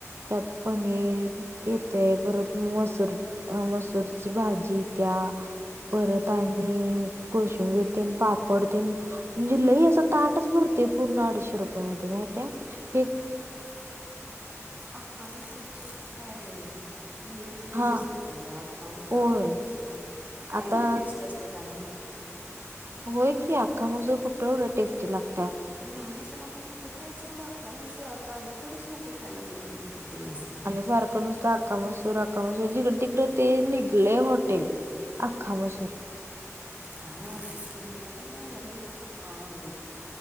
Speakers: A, on the right; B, on the right.
A: त्यांत पनीर येतंय परंत मसूंर अं मसूंरची भाजी त्यां परंत आणि कोशंबीर तेन पापड तेन म्हणजे लई असं ताटंच भरते पूर्ण अडीचशे रुपयांत मध्यें माहितय आहे
B: तरं आंता हक्कां मं तसंच इथं कायं आहे नवीन क्रेजच
A: हा
B: निघालं अक्का मसूंर
A: होय
B: अक्का मसूंर कायं
A: आता
B: एवढी टेस्ट असत्यां कायं माहिती
A: होयं की अख्खा मसूंर कुठं तेवढे टेस्टी लागतांत
B: आणि लहांन असतांना आपणं कुठं खायचं एवढां म्हटलं आंता अलीकडेच लोकं खांयला लागलेत भरंपूर ते मसूंन
A: सारखं नुसतं हक्का मसूंर हक्का मसूंर जिकडे तिकडं ते निघलंय हॉटेल आख्खा मसूंर
B: कायं वाटते की ते मलां तरं कायं आवडतं नाहीं खरं आवडत